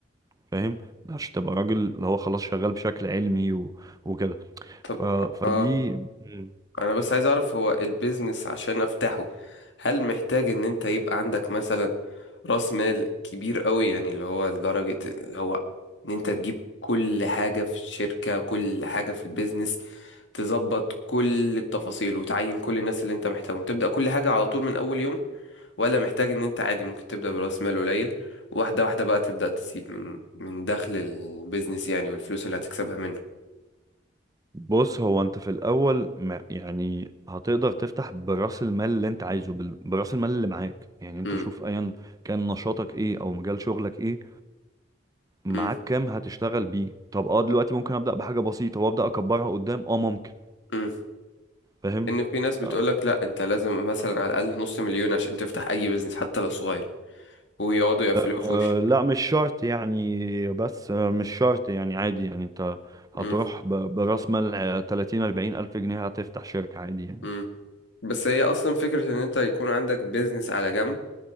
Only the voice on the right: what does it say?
فاهم عشان تبقى راجل اللي هو خلاص شغال بشكل علمي و... وكده
ف... فدي
مم.
بص هو انت في الاول ما يعني هتقدر تفتح براس المال اللي انت عايزه بال- براس المال اللي معاك يعني انت
شوف ايا كان نشاطك ايه او مجال شغلك ايه معاك
كام هتشتغل بيه طب اه دلوقتي ممكن ابدا بحاجه بسيطه وابدا اكبرها قدام اه ممكن
فاهم
آه،
أه
لا مش شرط يعني بس أه، مش شرط يعني عادي يعني انت هتروح
ب- براس مال أه، 30 40 ألف جنيه هتفتح شركة عادي يعني